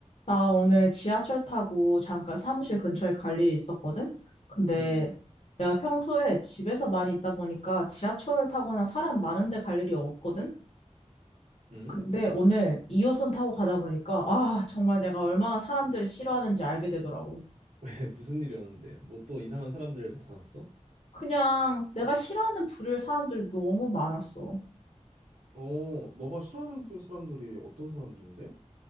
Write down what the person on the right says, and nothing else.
응, 응,
응?
<laughs> 왜 무슨 일이었는데? 뭐 또 이상한 사람들 나타났어?
어, 너가 싫어하는 부류 사람들이 어떤 사람들인데?